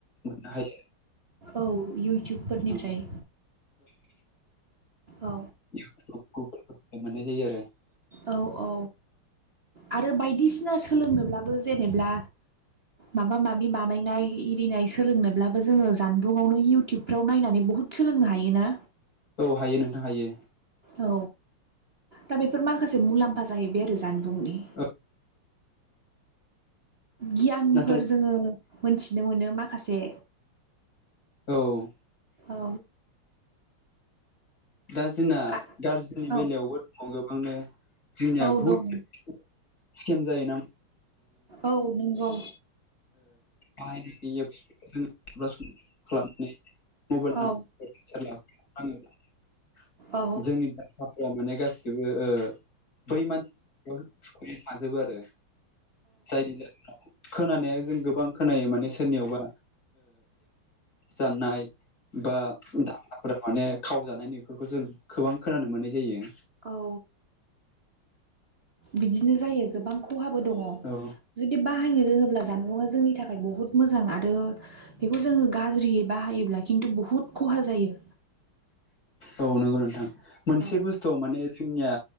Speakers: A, on the left; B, on the right.
A: मोननो हायो
B: औ इउटुबफोरनिफ्राय
A: औ <inaudible>
B: औ
A: इउटुब गुगोल मोननाय जायो आरो
B: औ औ आरो बायदिसिना सोलोंनोब्लाबो जेनेब्ला माबा माबि बानायनाय एरिनाय सोलोंनोब्लाबो जोङो जानबुंङावनो इयउटुबफ्राव नायनानै बुहुद सोलोंनो हायोना
A: औ हायो नोंथां हायो
B: औ दा बेफोर माखासे मुलाम्फा जाहैबाय आरो जानबुंनि
A: औ
B: गियानफोर
A: नाथाय
B: जोङो मोनथिनो मोनो माखासे
A: औ
B: औ
A: दा जोंना
B: आ
A: गारजेननि
B: औ
A: बेलायावबो दङ गोबांनो जोंनिया
B: औ
A: बुहुत
B: दङ
A: स्किम जायोना
B: औ नंगौ
A: बाहायनानै
B: औ
A: <unintelligible>
B: औ
A: जोंनि दाया माने गासिबो बै मानसि हाजोबो आरो जायनि जाहोनाव खोनानाय जों गोबां खोनायो माने सोरनियावबा जानाय बा दानाफोरा माने खावजानाय नफोरखौ जों गोबां खोनानो मोननाय जायो
B: औ बिदिनो जायो गोबां खहाबो दङ
A: औ
B: जुदि बाहायनो रोङोब्ला जानबुंआ जोंनि थाखाय बहुत मोजां आरो बेखौ जोङो गाज्रि बाहायोब्ला किन्थु बुहुत खहा जायो
A: औ नंगौ नोंथां मोनसे
B: औ
A: बुस्थु माने जोंनिया